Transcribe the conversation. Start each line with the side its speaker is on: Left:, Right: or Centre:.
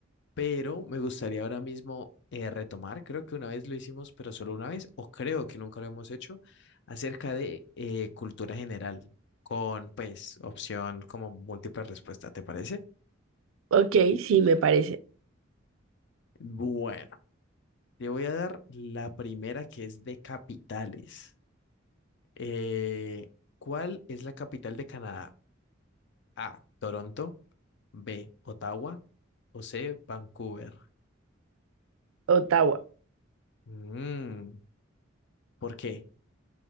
Left: pero me gustaría ahora mismo eh, retomar, creo que una vez lo hicimos, pero solo una vez, o creo que nunca lo hemos hecho, acerca de eh, cultura general, con pues opción como múltiple respuesta, ¿te parece?
Right: Ok, sí, me parece.
Left: Bueno, te voy a dar la primera que es de capitales. Eh, ¿cuál es la capital de Canadá? A, Toronto, B, Ottawa o C, Vancouver.
Right: Ottawa.
Left: Mm, ¿por qué?